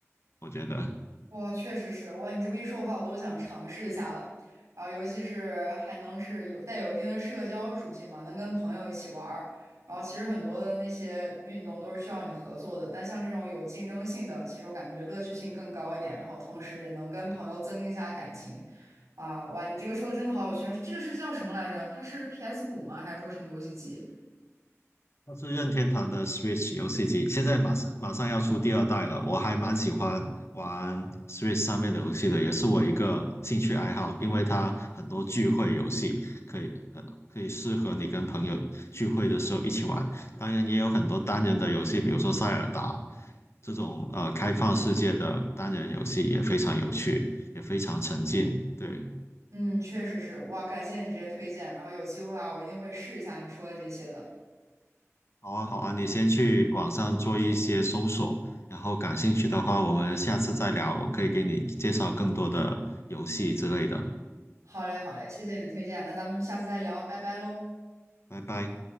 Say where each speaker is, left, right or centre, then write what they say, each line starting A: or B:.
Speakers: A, on the left (about 55°); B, on the right (about 70°).
A: 我觉得。
B: 哇，确实是哇！你这么一说的话，我都想尝试一下了。然后，尤其是还能是有带有一定的社交属性嘛，能跟朋友一起玩儿。然后，其实很多的那些运动都是需要你合作的，但像这种有竞争性的，其实我感觉乐趣性更高一点。然后，同时也能跟朋友增进一下感情。啊，哇，你这个说的真的好有趣啊！这个是叫什么来着？它是 PS 五吗？还是说什么游戏机？
A: 它是任天堂的 Switch 游戏机，现在马上马上要出第二代了，我还蛮喜欢玩 Switch 上面的游戏的，也是我一个兴趣爱好，因为它很多聚会游戏可以很可以适合你跟朋友聚会的时候一起玩，当然也有很多单人的游戏，比如说塞尔达这种呃开放世界的单人游戏也非常有趣，也非常沉浸，对。
B: 嗯，确实是哇，感谢你这些推荐。然后有机会啊，我一定会试一下你说的这些的。
A: 好啊，好啊，你先去网上做一些搜索，然后感兴趣的话，我们下次再聊，我可以给你介绍更多的游戏之类的。
B: 好嘞，好嘞，谢谢你的推荐，那咱们下次再聊，拜拜喽。
A: 拜拜。